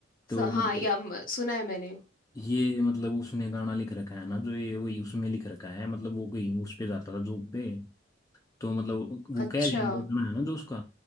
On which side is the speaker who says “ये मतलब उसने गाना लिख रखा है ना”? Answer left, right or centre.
Left